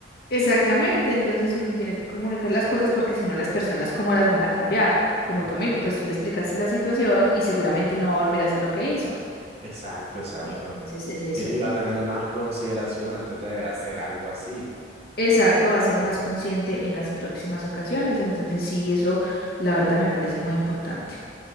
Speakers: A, on the left; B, on the right.
A: Exactamente, entonces uno tiene que comunicar las cosas porque si no las personas cómo las van a cambiar. Como
B: Mm.
A: tu amigo, pues tú le explicaste la situación y seguramente él no va a volver a hacer lo que hizo.
B: Exacto, exacto.
A: Entonces es eso.
B: I- Iba a tener más consideración antes de hacer algo así.
A: Exacto, va a ser más consciente en las próximas ocasiones. Entonces sí, eso la verdad me parece muy importante.